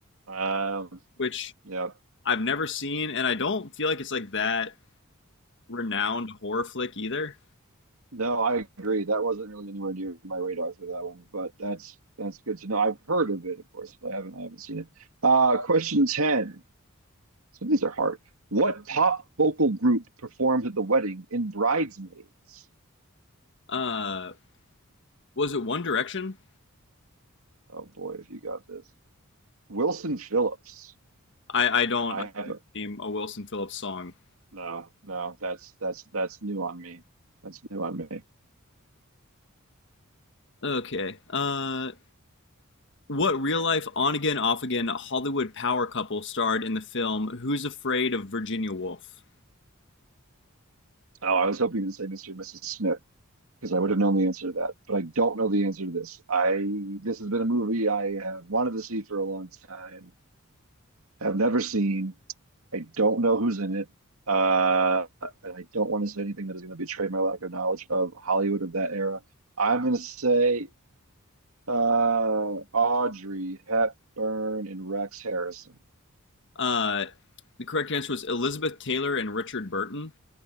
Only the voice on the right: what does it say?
Um,
yeah,
No, I agree. That wasn't really anywhere near my radar for that one, but that's that's good to know. I've heard of it, of course, but I haven't I haven't seen it. Uh, question 10. Some of these are hard. What pop vocal group performed at the wedding in Bridesmaids?
Oh boy, if you got this. Wilson Phillips.
I
haven't.
No, no, that's that's that's new on me. That's new on me.
Oh, I was hoping to say Mr. and Mrs. Smith, because I would have known the answer to that. But I don't know the answer to this. I this has been a movie I have wanted to see for a long time. Have never seen. I don't know who's in it. Uh, and I don't want to say anything that is going to betray my lack of knowledge of Hollywood of that era. I'm going to say uh, Audrey Hepburn and Rex Harrison.